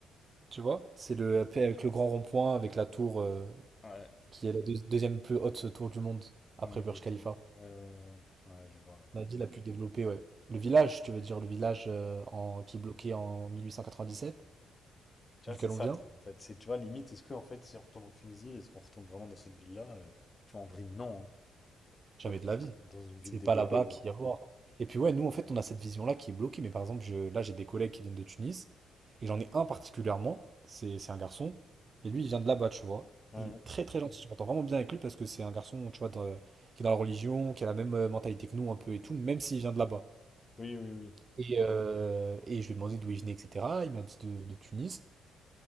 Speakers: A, on the right; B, on the left.
A: Tu vois? C'est le, euh, avec le grand rond-point, avec la tour euh,
B: Ouais,
A: qui est la deux- deuxième plus haute tour du monde, après
B: ouais,
A: Burj
B: exactement.
A: Khalifa.
B: Ouais, ouais, ouais. Ouais, je vois, ouais.
A: La ville la plus développée, ouais. Le village, tu veux dire, le village euh, en, qui est bloqué en 1897
B: Tu
A: duquel
B: vois, c'est ça
A: on vient.
B: le truc, en fait. C'est, tu vois, limite, est-ce que, en fait, si on retourne en Tunisie, est-ce qu'on retourne vraiment dans cette ville-là? euh, Tu vois, en vrai, non. hein. Tu
A: Jamais
B: vois, peut-être
A: de la vie.
B: dans, une dans une ville
A: C'est
B: développée,
A: pas là-bas
B: quoi.
A: qu'il y a à voir. Et puis ouais, nous en fait, on a cette vision-là qui est bloquée. Mais par exemple, je, là, j'ai des collègues qui viennent de Tunis, et j'en ai un particulièrement, c'est c'est un garçon, et lui, il vient de là-bas, tu vois.
B: Ouais,
A: Il est
B: ouais.
A: très très gentil. Je m'entends vraiment bien avec lui parce que c'est un garçon, tu vois, dans- qui est dans la religion, qui a la même euh, mentalité que nous un peu et tout, même s'il vient de là-bas.
B: Oui, oui, oui.
A: Et, euh, et je lui ai demandé d'où il venait, etc. Il m'a dit de, de Tunis.